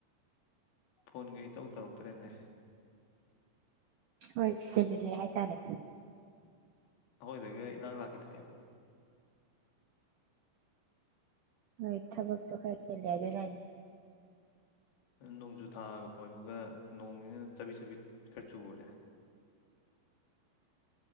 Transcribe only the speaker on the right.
ꯍꯣꯏ ꯆꯤꯜꯂꯦ ꯍꯥꯏ ꯇꯥꯔꯦ꯫
ꯍꯣꯏ ꯊꯕꯛꯇꯣ ꯈꯔ ꯆꯤꯜꯂꯦ ꯑꯗꯨꯅꯅꯤ꯫